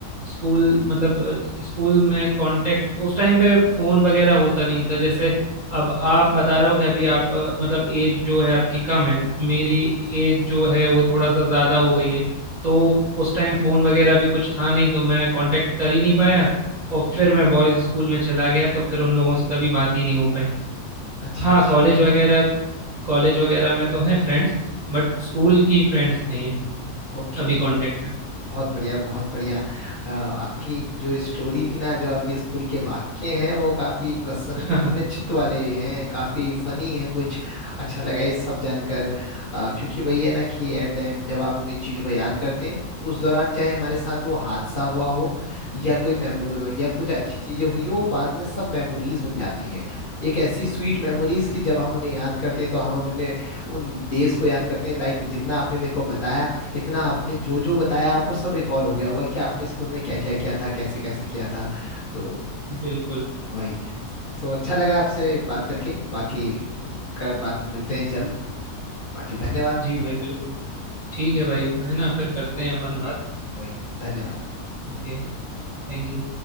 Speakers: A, on the right (about 55°); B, on the left (about 50°).
A: स्कूल मतलब अ, स्कूल में कांटेक्ट उस टाइम पे फोन वगैरह होता नहीं था जैसे अब आप बता रहे हो कि अभी आप अ, मतलब एज जो है आपकी कम है मेरी एज जो है वो थोड़ा सा ज़्यादा हो गई है तो उस टाइम फोन वगैरह भी कुछ था नहीं तो मैं कांटेक्ट कर ही नहीं पाया और फिर मैं बॉयज स्कूल में चला गया तो फिर उन लोगों से कभी बात ही नहीं हो पाई
B: अच्छा
A: हाँ
B: अच्छा
A: कॉलेज वगैरह कॉलेज वगैरह में तो है फ्रेंड्स बट स्कूल की फ्रेंड्स नहीं है
B: ओके
A: अभी कांटेक्ट में
B: बहुत बढ़िया बहुत बढ़िया अ, आपकी जो स्टोरी थी ना जो आपके स्कूल के वाक्य हैं वो काफी प्रसन्नचित्त
A: <laughs>
B: वाले हैं काफी फनी हैं कुछ अच्छा लगा ये सब जानकर अ, क्योंकि वही है ना कि एट द एंड जब आप इन चीजों को याद करते हैं उस दौरान चाहे हमारे साथ वो हादसा हुआ हो या कोई मेमो या कुछ अच्छी चीजें हुई हो वो बाद में सब मेमोरीज बन जाती हैं एक ऐसी स्वीट मेमोरीज की जब हम उन्हें याद करते हैं तो हम अपने उन डेज को याद करते हैं लाइक जितना आपने मेरे को बताया इतना आपने जो जो बताया आपको सब रिकॉल हो गया होगा कि आपने स्कूल में क्या क्या किया था कैसे कैसे किया था तो
A: बिल्कुल
B: वही तो अच्छा लगा आपसे बात करके बाकी कर, बात मिलते हैं जल्द बाकी धन्यवाद
A: जी भाई बिल्कुल ठीक है भाई है ना फिर करते हैं अपन बात
B: वही धन्यवाद
A: ओके Thank you